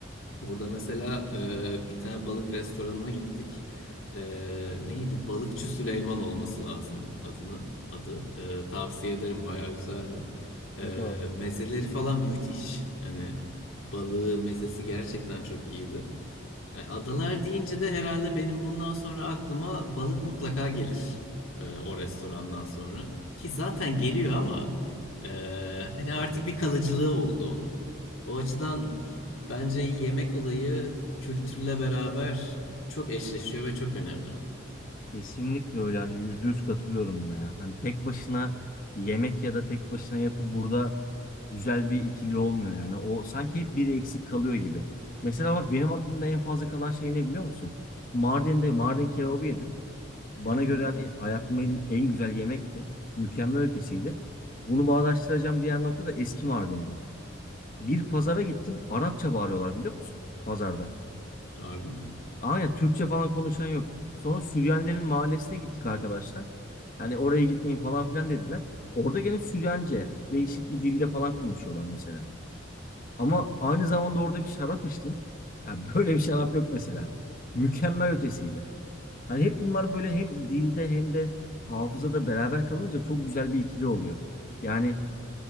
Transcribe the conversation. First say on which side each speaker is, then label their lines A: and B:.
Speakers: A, on the left; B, on the left.
A: Orada mesela e, bir tane balık restoranına gittik. E, neydi? Balıkçı Süleyman olması lazım adını adı. E, tavsiye ederim bayağı güzeldi. E,
B: Ne kadar.
A: mezeleri falan müthiş. Hani balığı mezesi gerçekten çok iyiydi. E, adalar deyince de herhalde benim bundan sonra aklıma balık mutlaka gelir. e, o restorandan sonra. Ki zaten geliyor ama e, hani artık bir kalıcılığı oldu onun. O açıdan bence yemek olayı kültürle beraber çok eşleşiyor ve çok önemli.
B: Kesinlikle öyle hani yüzde yüz katılıyorum buna ya. Hani tek başına yemek ya da tek başına yapı burada güzel bir ikili olmuyor yani. O sanki hep biri eksik kalıyor gibi. Mesela bak benim aklımda en fazla kalan şey ne biliyor musun? Mardin'de Mardin kebabı yedim. Bana
A: Hı hı.
B: göre hani hayatımda yediğim en güzel yemekti. Mükemmel ötesiydi. Bunu bağdaştıracağım diğer nokta da eski Mardin'di. Bir pazara gittim. Arapça bağırıyorlar biliyor musun? Pazarda.
A: Harbi mi?
B: Aynen Türkçe falan konuşan yok. Sonra Süryanilerin mahallesine gittik arkadaşlar. Hani oraya gitmeyin falan filan dediler. Orada gene Süryanice değişik bir dilde falan konuşuyorlar mesela. Ama
A: Hı hı.
B: aynı zamanda orada bir şarap içtim. Ya <laughs> böyle bir şarap yok mesela. Mükemmel ötesiydi. Hani hep bunlar böyle hem dilde hem de hafızada beraber kalınca çok güzel bir ikili oluyor. Yani,